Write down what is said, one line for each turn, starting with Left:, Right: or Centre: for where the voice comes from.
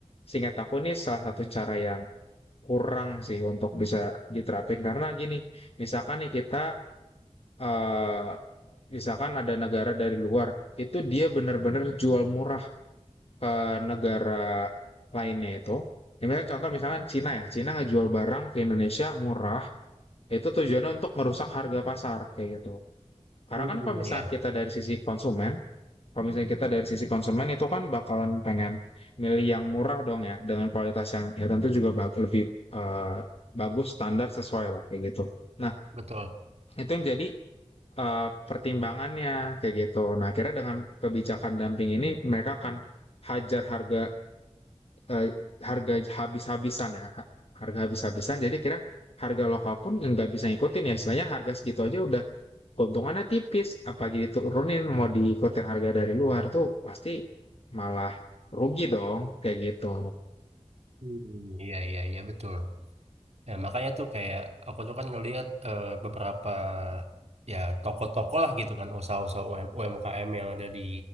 Left: singkat aku ini salah satu cara yang kurang sih untuk bisa diterapin karena gini misalkan nih kita eh, misalkan ada negara dari luar, itu dia benar-benar jual murah ke negara lainnya itu. Ya, misalnya contoh misalkan Cina ya, Cina ngejual barang ke Indonesia murah, itu tujuannya untuk merusak harga pasar kayak gitu. Karena
Right: Hmm,
Left: kan kalau misalkan
Right: ya,
Left: kita dari sisi konsumen, kalau misalnya kita dari sisi konsumen itu kan bakalan pengen milih yang murah dong ya, dengan kualitas yang ya tentu juga lebih eh, bagus standar sesuai lah kayak gitu. Nah,
Right: betul.
Left: itu yang jadi eh, pertimbangannya kayak gitu. Nah, akhirnya dengan kebijakan dumping ini mereka akan hajar harga eh, harga habis-habisan ya, harga habis-habisan. Jadi kira harga lokal pun nggak bisa ngikutin ya. Istilahnya harga segitu aja udah keuntungannya tipis. Apalagi diturunin mau diikutin harga dari luar tuh pasti malah rugi dong kayak gitu.
Right: Hmm, iya iya iya betul. Ya, makanya tuh kayak aku tuh kan ngelihat eh, beberapa ya toko-toko lah gitu kan usaha-usaha UM- UMKM yang ada di